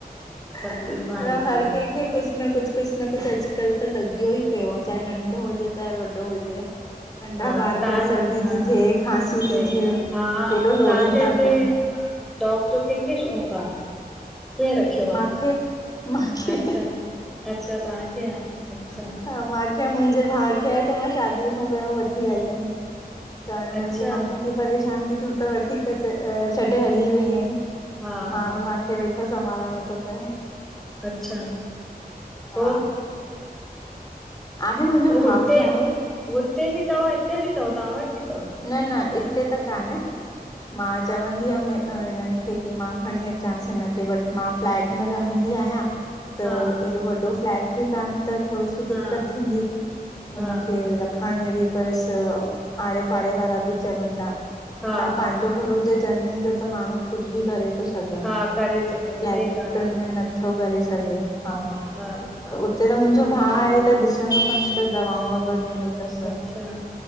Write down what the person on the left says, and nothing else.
मतलब
हर
कें खे कुछ। कुछ न कुछ कुछ न कुछ अॼुकल्ह त लॻियो ई पयोवा आ चाहे नंढो हुजे चाहे वॾो हुजे। नंढा
ॿार
बि सर्दी
थी थिए खांसी
थी थिए
केॾो लोड़ीनि
था पिया।
मांखे
मांखे
हा माँखे या मुंहिंजे भा खें या त मां शादीअ खां पहिरों वठी आई हुयम। त हाणे
मुंहिंजी मम्मी थी परेशान थी तूं त वठी करे छॾे हली वई आहीं।
मां
मांखे वेठो संभालणो थो पए।
हा आहे मुंहिंजो
भाउ
बि आहे
न न हिते त कान् हे। मां चवंदी हुयम हिनन खे की मां खणी अचांस हिन खे बट मां। फ्लैट में रहंदी आहियां। त
एॾो वॾो फ्लैट बि कान त थोरो सो
दिक़त
थींदी हुनखे
र। खण में बि पैसो आड़े पाड़े वारा बि चवंदा
छा
पांजो घर। जे ज़मीन जो त माण्हू। कुझ बि करे थो सिघे
प्लैटन
में नथो करे सिघे हा
त उते त मुंहिंजो भाउ आहे त ॾिसंदो कन्दो अथसि दवाऊं वग़ैरह ॾींदो अथस